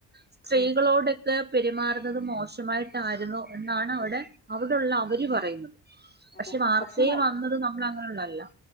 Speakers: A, on the right; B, on the left.
A: സ്ത്രീകളോടൊക്കെ
B: ഉം
A: പെരുമാറുന്നത് മോശമായിട്ടായിരുന്നു എന്നാണ് അവടെ
B: ഉം
A: അവടുള്ള അവര് പറയുന്നത്
B: അതെ
A: പഷേ വാർത്തെ
B: പക്ഷെ
A: വന്നത് നമ്മൾ അങ്ങനെയുള്ളല്ല